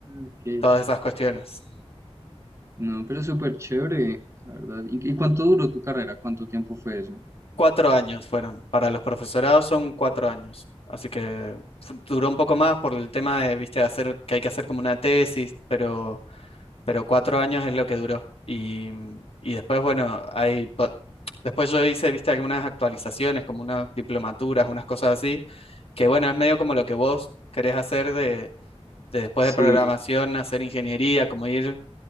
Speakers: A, on the right; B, on the left.
A: ok.
B: todas esas cuestiones.
A: No, pero súper chévere, la verdad. ¿Y, y cuánto duró tu carrera? ¿Cuánto tiempo fue eso?
B: Cuatro años fueron. Para los profesorados son cuatro años. Así que fu- duró un poco más por el tema de, viste, hacer, que hay que hacer como una tesis, pero, pero cuatro años es lo que duró. Y, mm, y después, bueno, hay, po- después yo hice, viste, algunas actualizaciones, como unas diplomaturas, unas cosas así, que bueno, es medio como lo que vos querés hacer de, de después
A: Sí,
B: de programación, hacer ingeniería, como ir